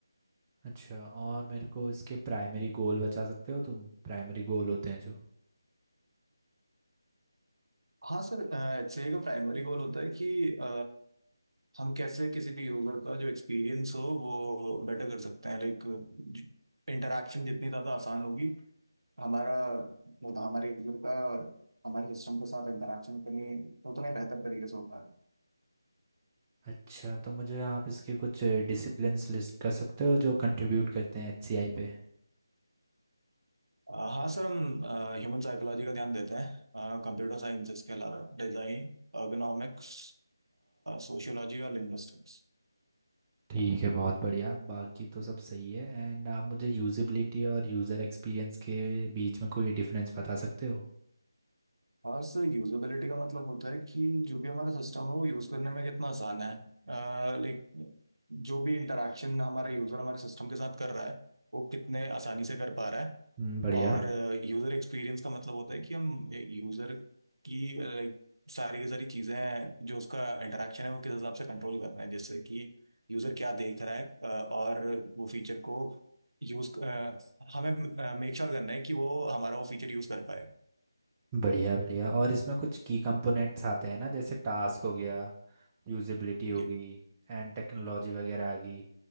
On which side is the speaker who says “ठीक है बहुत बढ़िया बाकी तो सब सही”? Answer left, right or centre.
Right